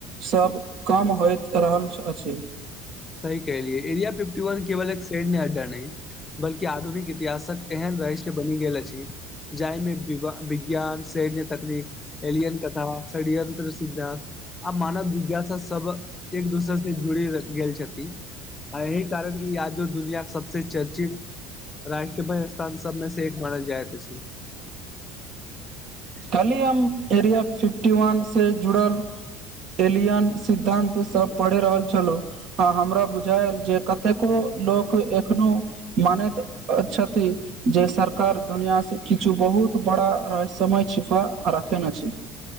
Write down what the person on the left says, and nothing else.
सही कहलियै, एरिया फिफ्टी वन केवल एक शेड अड्डा नहि, बल्कि आधुनिक इतिहासक एहन रहस्य बनि गेल अछि, जाइमे वि विज्ञान सैन्य तकनीक एलियन तथा षड्यत्र सिद्धान्त आ मानव जिज्ञासा सब एक दोसर से जुड़ी गेल छथि आ ऐही कारण आ जो दुनिया सबस चर्चित रष्ट्री ब स्थान सब मे से एक मानल जाइत अछि छै